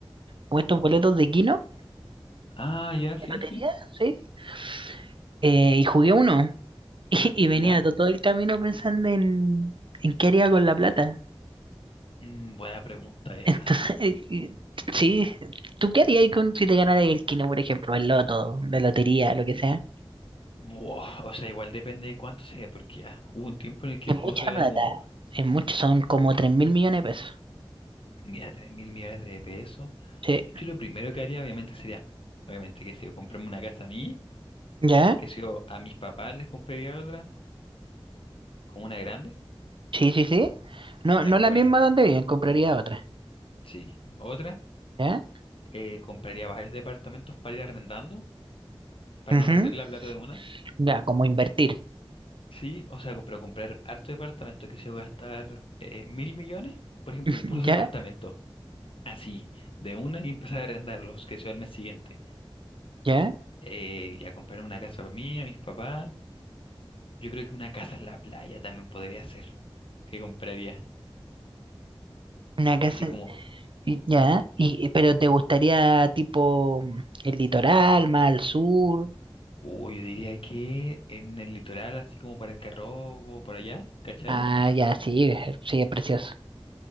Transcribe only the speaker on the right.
como estos boletos de Kino,
de lotería,
¿sí? Eh, y jugué uno <laughs> y, y venía
to- todo el camino pensando en, en qué haría con la plata.
Entonces, <laughs> y- sí, ¿tú qué harías con, si te ganara el Kino, por ejemplo, el loto, la lotería, lo que sea?
Es
mucha
plata,
es mucho, son como tres mil millones de pesos.
Sí.
¿Ya?
Sí, sí, sí. No,
no
la misma
donde viven, compraría otra.
¿Ya?
Ujú.
Ya, como invertir.
<laughs>
¿Ya?
¿Ya?
Una
casa.
y- ¿Ya? Y, pero te gustaría tipo mm, el litoral, más al sur.
Ah,
ya, sí, sí, es precioso.